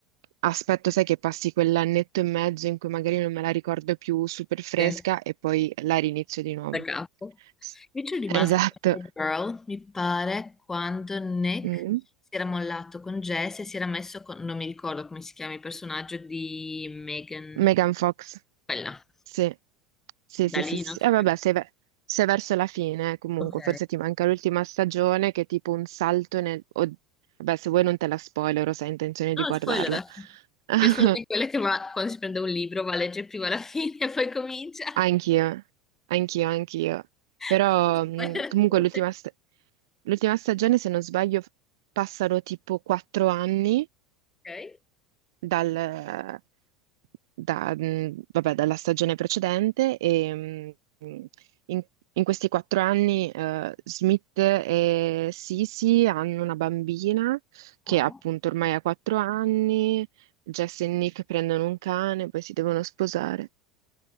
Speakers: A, on the right; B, on the left.
A: aspetto, sai, che passi quell'annetto e mezzo in cui magari non me la ricordo più super fresca
B: sì,
A: e poi la rinizio di nuovo.
B: da capo.
A: S-
B: Io ci sono rimasta
A: Esatto.
B: con The Girl, mi pare, quando Nick
A: Mm.
B: si era mollato con Jess e si era messo con... non mi ricordo come si chiama il personaggio di Megan,
A: Megan Fox.
B: quella.
A: Sì, sì,
B: Da
A: sì,
B: lì
A: sì, sì.
B: non
A: sì.
B: so
A: E
B: che...
A: vabbè, sei, ve- sei verso la fine, eh, comunque,
B: Ok.
A: forse ti manca l'ultima stagione che è tipo un salto nel... o- Vabbè, se vuoi non te la spoilero, se hai intenzione di
B: No,
A: guardarla.
B: spoilerate.
A: <laughs>
B: Io sono di quelle che va- quando si prende un libro va a leggere prima la <laughs> fine e poi comincia.
A: Anch'io, anch'io, anch'io.
B: <laughs>
A: Però mh,
B: Spoilerate
A: comunque
B: pure.
A: l'ultima sta- l'ultima stagione, se non sbaglio, f- passano tipo quattro anni
B: Ok?
A: dal, da, mh, vabbè, dalla stagione precedente e, mm, In, in questi quattro anni, eh, Smith e Sisi hanno una bambina che
B: Oh,
A: appunto ormai ha quattro anni, Jess e Nick prendono un cane, poi si devono sposare.